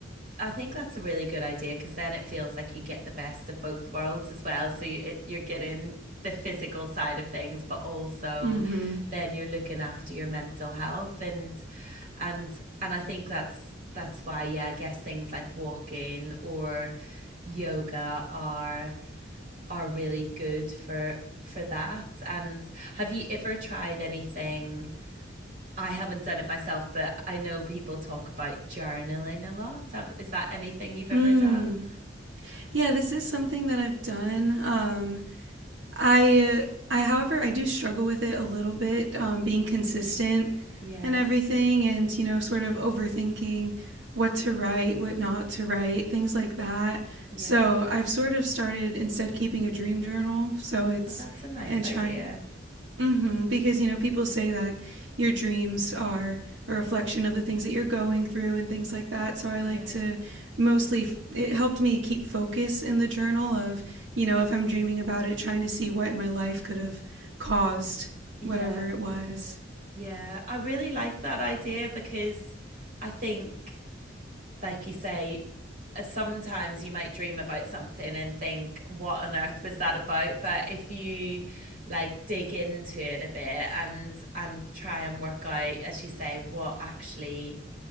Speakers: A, on the right (about 45°); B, on the right (about 70°).
A: I think that's a really good idea because then it feels like you get the best of both worlds as well. So you, it, you're getting the physical side of things, but also
B: Mhm.
A: then you're looking after your mental health and and and I think that's that's why yeah, I guess things like walking or yoga are are really good for for that. And have you ever tried anything? I haven't done it myself, but I know people talk about journaling a lot. Have, is that anything you've ever
B: Mm.
A: done?
B: Yeah, this is something that I've done. Um, I I however I do struggle with it a little bit um, being consistent
A: Yeah,
B: and everything and you know sort of overthinking what to write, what not to write, things like that.
A: yeah.
B: So I've sort of started instead keeping a dream journal. So it's
A: Oh, that's a nice
B: and
A: idea.
B: trying hmm Because, you know, people say that your dreams are a reflection of the things that you're going through and things like that. So I
A: Yeah,
B: like to mostly, it helped me keep focus in the journal of, you know, if I'm dreaming about it, trying to see what in my life could have caused
A: yeah,
B: whatever it was.
A: yeah. I really like that idea because I think like you say, uh, sometimes you might dream about something and think, what on earth was that about? But if you like dig into it a bit and and try and work out, as you say, what actually